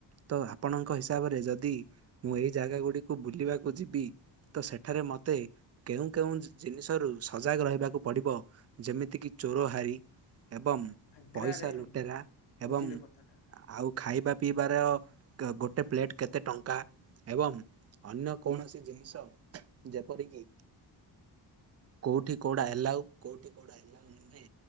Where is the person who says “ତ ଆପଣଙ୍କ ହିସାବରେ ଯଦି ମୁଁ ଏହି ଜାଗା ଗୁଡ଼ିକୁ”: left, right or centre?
Right